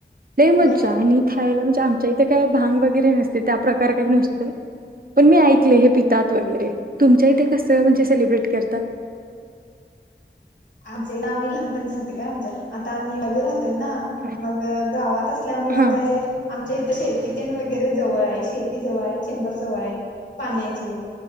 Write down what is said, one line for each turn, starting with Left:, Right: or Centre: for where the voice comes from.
Right: नाही मज्जा
Left: बर
Right: आणि म्हणजे आमच्या इथे काही भांग वगैरे नसते त्या प्र्रकार काही नसतो पण मी ऐकले हे पितात वगैरे तुमच्या इथे कस म्हणजे सेलिब्रेट करतात
Left: आमच्या इथ आम्ही लहानपण सांगते का आम आता आम्ही राहतय ना
Right: हा
Left: मग गावात असल्यामुळे
Right: हा
Left: काय आमच्या इथ शेती तेन वगैरे जवळ आहे शेती जवळ आहेत चेंबर जवळ आहेत पाण्याचे